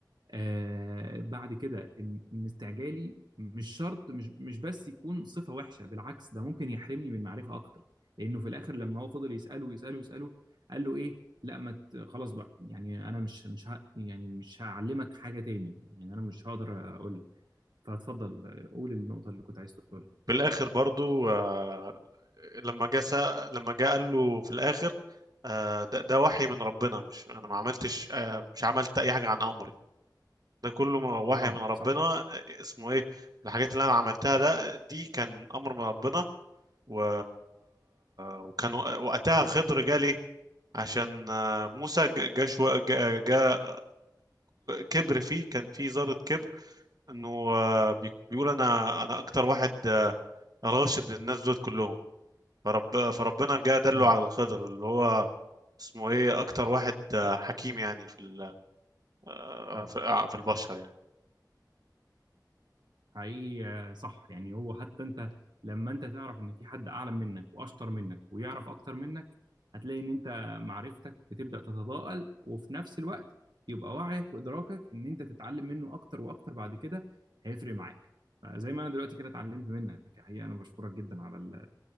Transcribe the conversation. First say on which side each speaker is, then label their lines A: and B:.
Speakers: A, on the right (about 75°); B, on the right (about 55°).
A: آه بعد كده ان إن استعجالي مش شرط مش مش بس يكون صفة وحشة بالعكس ده ممكن يحرمني من معرفة اكتر لانه في الاخر لما هو فضل يسأله يسأله يسأله قال له ايه لا ما ت- خلاص بقى يعني انا مش مش ه... يعني مش هعلمك حاجة تاني يعني انا مش هقدر اقول لك فاتفضل آه، قول النقطة اللي كنت عايز تقولها
B: في الاخر برضو آه، لما جه سأ- لما جه قال له في الاخر آه، ده, ده وحي من ربنا مش انا ما عملتش آه، مش عملت اي حاجه عن امر ده كله م- وحي
A: اه
B: من ربنا
A: صح
B: اسمه ايه الحاجات اللي انا عملتها ده دي كان امر من ربنا و... وكان وق- وقتها خضر جالي عشان آه، موسى ج- جا شو... جا... جا كبر فيه كان فيه ذرة كبر انه آه، بي- بيقول انا انا اكتر واحد آه، راشد الناس دول كلهم فرب... فربنا جا دله
A: امم
B: على الخضر اللي هو اسمه ايه اكتر واحد آه، حكيم يعني في ال... آه،
A: اه
B: في آه، في البشر يعني
A: حقيقي آه، صح يعني هو حتى انت لما انت تعرف ان في حد اعلى منك واشطر منك ويعرف اكتر منك هتلاقي ان انت معرفتك بتبدأ تتضاءل وفي نفس الوقت يبقى وعيك وادراكك ان انت تتعلم منه اكتر واكتر بعد كده هيفرق معاك فزي ما انا دلوقتي كده اتعلمت منك حقيقة انا بشكرك جدا على ال-